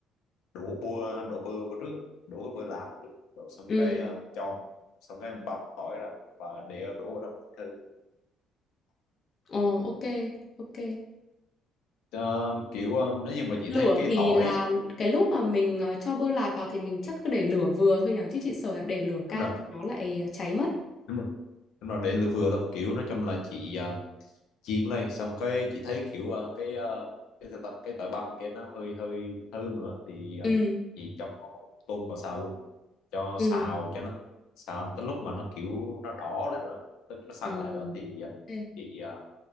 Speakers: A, on the left (about 80°); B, on the left (about 35°).
A: đổ bơ đổ bơ vào trước á, đổ cái bơ lạc vào trước rồi xong
B: ừ.
A: cái ờ, cho xong cái mình băm tỏi ra và để đổ vào trong thử
B: Ồ, ok, ok.
A: Ờ, kiểu ờ, nếu như mà chị
B: Lửa
A: thấy cái
B: thì
A: tỏi
B: là cái lúc mà mình ờ, cho bơ lạc vào thì mình chắc cứ để lửa vừa thôi nhỉ? Chứ chị sợ là để lửa cao
A: đúng rồi
B: thì nó lại ờ, cháy mất.
A: đúng rồi đúng rồi để lửa vừa thôi kiểu nói chung là chị ờ, chiên lên xong cái chị thấy kiểu ờ, cái ờ, cái sao ta? cái tỏi băm kia nó hơi hơi thơm nữa thì ờ,
B: Ừ,
A: chị cho họ tôm vào xào luôn cho
B: ừ.
A: xào cho nó xào tới lúc mà nó kiểu nó đỏ lại đó tức nó săn
B: Ồ,
A: lại đó thì ờ,
B: ok.
A: chị ờ,